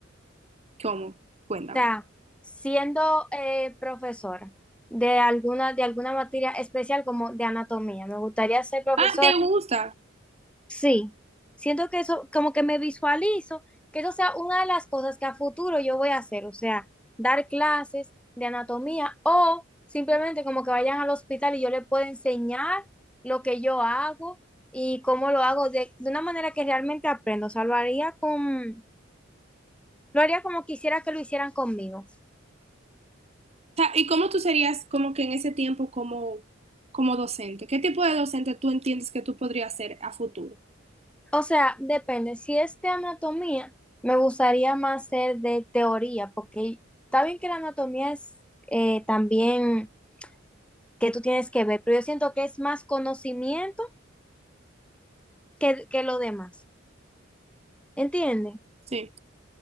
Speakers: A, on the right; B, in the centre.
A: ¿Cómo? Cuéntame.
B: sea, siendo eh, profesora de alguna, de alguna materia especial como de anatomía. Me gustaría ser profesora.
A: Ah, ¿te gusta?
B: Sí, siento que eso, como que me visualizo, que eso sea una de las cosas que a futuro yo voy a hacer, o sea, dar clases de anatomía o simplemente como que vayan al hospital y yo les pueda enseñar lo que yo hago y cómo lo hago de, de una manera que realmente aprendo, o sea, lo haría con, lo haría como quisiera que lo hicieran conmigo.
A: O sea, ¿y cómo tú serías como que en ese tiempo como, como docente? ¿Qué tipo de docente tú entiendes que tú podrías ser a futuro?
B: O sea, depende, si es de anatomía, me gustaría más ser de teoría, porque está bien que la anatomía es eh, también que tú tienes que ver, pero yo siento que es más conocimiento que, que lo demás, ¿entiendes?
A: Sí.